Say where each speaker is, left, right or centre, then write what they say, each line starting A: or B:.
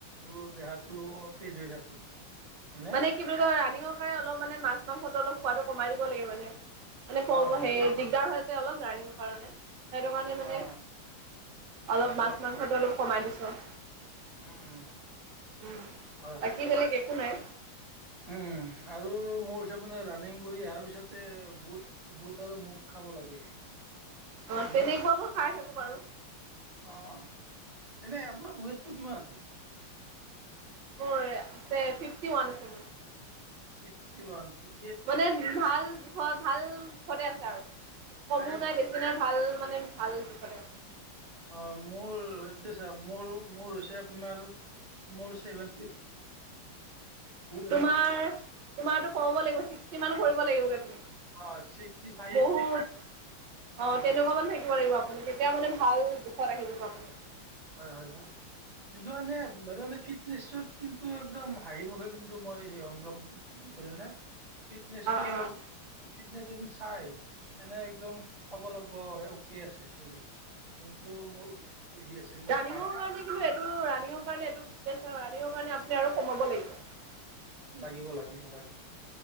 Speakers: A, on the right (about 20°); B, on the right (about 65°).
A: বোলোঁ, দেহাটো ফ্ৰেচ হৈ থাকে। হয়নে
B: মানে, কি বুলি কয়, ৰানিঙৰ কাৰণে, অলপ মানে মাছ, মাংসটো অলপ, খোৱাটো কমাই দিব লাগে মানে। মানে, <unintelligible>
A: অ হয়
B: সেই,
A: এক
B: দিগদাৰ হয় যে, অলপ ৰানিঙৰ কাৰণে। সেইটো কাৰণে মানে,
A: অ
B: অলপ
A: হয় দিয়ক
B: মাছ-মাংসটো
A: কথাটো
B: অলপ, কমাই দিছোঁ।
A: উম।
B: উম,
A: হয়
B: বাকী
A: হয়
B: বেলেগ একো নাই।
A: উম আৰু মোৰ হিচাপ মতে ৰানিং কৰি অহাৰ পিছতে বুট-বুট আৰু মগু খাব লাগে।
B: অ'
A: হয়নে
B: তেনেকুৱা <unintelligible> খাই থাকোঁ বাৰু।
A: অ' এনে আপোনাৰ ওৱেটটো কিমান আছে?
B: মোৰ আছে ফিফটি ওৱান আছে মোৰ।
A: ফিফটি ওৱান ফিফ
B: মানে ভাল জোখত ভাল জোখতে আছে আৰু কমো
A: এক
B: নাই বেছি নাই ভাল মানে ভাল জোখতে আছে।
A: অ' মোৰ এতিয়া চাওক মোৰ-মোৰ হৈছে আপোনাৰ মোৰ সেভেন্টি
B: তোমাৰ
A: আছে
B: তোমাৰটো কমাব লাগিব চিক্সটি মান কৰিব লাগিব তুমি।
A: অ' ছিক্সটি ফাইভ,
B: বহুত অ'
A: উম
B: তেনেকুৱা মান থাকিব লাগিব তেতিয়া মানে ভাল জোখত আহি যাব আপুনি।
A: হয়-হয়-হয় কিন্তু এনে বাইদেউ ফিটনেচত কিন্তু একদম হাঁহি মুখে কিন্তু মই সেই হম দিয়ক কি বুলি কয় জানে ফিটনেছটোৰ
B: অ', অ'।
A: অ' এনে যদি চাই তেনে একদম ক'ব লাগিব কে অ'কে আছে চলি কিন্তু মোৰ ওৱেটটো বেছি আছে। মোৰ
B: ৰানিং
A: হাৰা
B: কাৰণে কিন্তু এইটো ৰানিং কাৰণে এইটো ফিটনেছ ৰানিং কাৰণে আপুনি আৰু কমাব লাগিব।
A: লাগিব, লাগিব, লাগিব